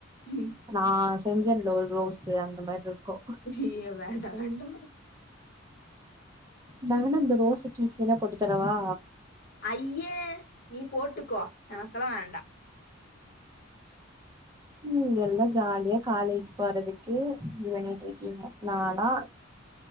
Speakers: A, on the left; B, on the right.
A: ம்
B: நா செஞ்சம்ல ஒரு ரோஸ்ஸு அந்த மாருக்கு
A: ஐயய வண்டா வண்டா
B: நா வேனா அந்த ரோச கீச்செய்னா போட்டு தரவா
A: அய்ய நீ போட்டுக்கோ எனக்கெல்லா வேண்டா
B: ம் எல்லா ஜாலியா காலேஜ் போறதுக்கு இது பண்ணிட்ருக்கீங்க நாலா